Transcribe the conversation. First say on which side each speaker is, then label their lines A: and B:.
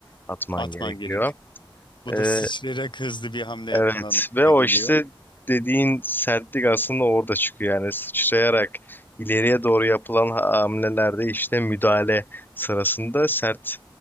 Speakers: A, on the left; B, on the left.
A: atman
B: atman
A: gerekiyor.
B: gerek. Bu
A: Ee,
B: da sıçrayarak hızlı bir hamle yapman
A: Evet
B: anlamına
A: ve o
B: geliyor.
A: işte dediğin sertlik aslında orada çıkıyor yani sıçrayarak ileriye doğru yapılan hamlelerde işte müdahale sırasında sert